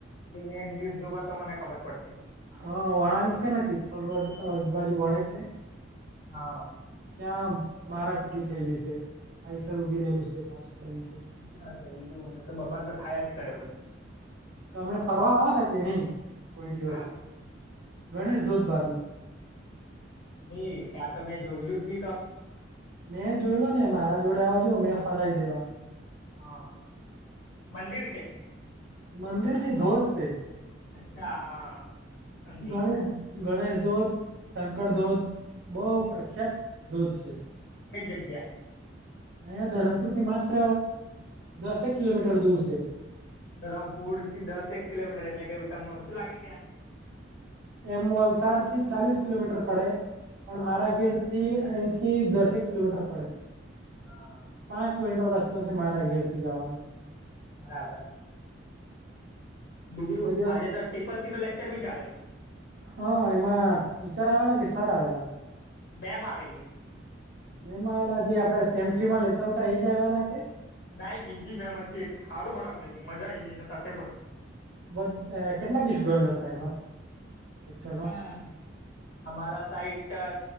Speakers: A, on the left; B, on the right.
A: તે મૈં ન્યુઝ જોવા તો મને ખબર પડશે.
B: હા વળાંંગશે ને તિથલ રોડ બાજુ વળે તે
A: હા
B: ત્યાં મારા પીટી થયેલી છે આઈસર ઉભી રહેલું છે પાસ એટલે
A: હ બીજું તો બબાલ તો થયા જ કરે બધું
B: તમે ફરવા આવવાના કે ની કોઈ દિવસ
A: હા.
B: ગણેશ ધૂધ બાજુ
A: ની ત્યાં તો મેં જોયેલું જ ની તો
B: મેં જોઈલો ને મારા જોડે આવજો મેં ફરાવી દેવા
A: હા મંદિર છેે
B: મંદિરની ધોસ છે
A: અચ્છા હા સમજી
B: ગણેશ ગણેશ ધોધ શંકર ધોધ બઉ
A: ગઈ
B: પ્રખ્યાત ધોધ છે.
A: કઈ જગ્યા
B: અહયા ધરમપુર થી માત્ર દસેક કિલોમીટર દૂર છે.
A: ધરમપુર થી દસ એક કિલોમીટર એટલે કઈ તમને ઓછું લાગે કયાં
B: એમ વલસાડ થી ચાલીસ કિલોમીટર પડે પણ
A: હા
B: મારા ઘેડ તે અહીંથી દસેક કિલોમીટર પડે
A: હા
B: પાંચ મિનિટનો રસ્તો છે મારા ઘેર થી જાવાનો
A: બરાબર. બીજું
B: કોઈ દિવસ
A: આજે તો ટીપલ સી નો લેકચર બી ચાલેલો
B: હ એમાં ટીચર આવેલા કે સર આવેલા
A: મેમ આવેલી
B: મેમાં આવેલા જે આપડે સેમ થ્રી માં લેતા હોતા એજ આવેલા કે
A: ના ઈ બીજી મેમ હતી એક હારું ભણાવતી હતી મજા આઈવી એના સાથે પણ
B: ખુબજ અ કેટલા કે સ્ટુડન્ટ હતા એમાં લેક્ચરમાં
A: હતા અમારા સાઈટ